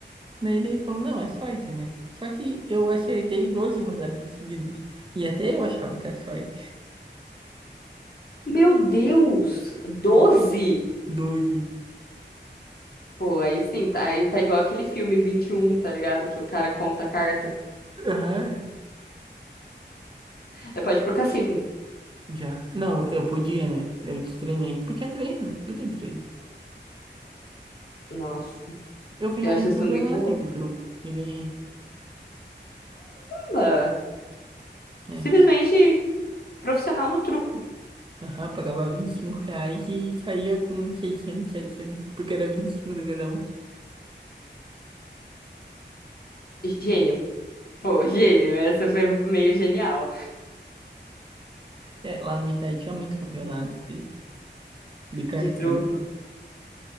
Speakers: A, on the right; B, on the left.
A: Daí ele falou, não, é short, né? Só que eu acertei 12 rodadas seguidas. E até eu achava que era short.
B: Meu Deus! doze
A: doze
B: Pô, aí sim, tá, aí tá igual aquele filme vinte e um tá ligado? Que o cara conta a carta.
A: Aham,
B: É, pode ir pro cassino.
A: já. Não, eu podia, né? Eu destreinei. Porque é treino, tudo é treino.
B: Nossa,
A: Eu fui
B: eu
A: a um
B: acho isso
A: campeonato
B: muito louco.
A: do truco e ganhei.
B: Caramba!
A: É.
B: Simplesmente. profissional no truco.
A: Aham, pagava 25 reais e saía com 600 700 porque era 25 de cada um.
B: Gênio. Pô, gênio, essa foi meio genial
A: É, lá na minha cidade tinha muito campeonato de, de carta
B: de truco.
A: de baralho.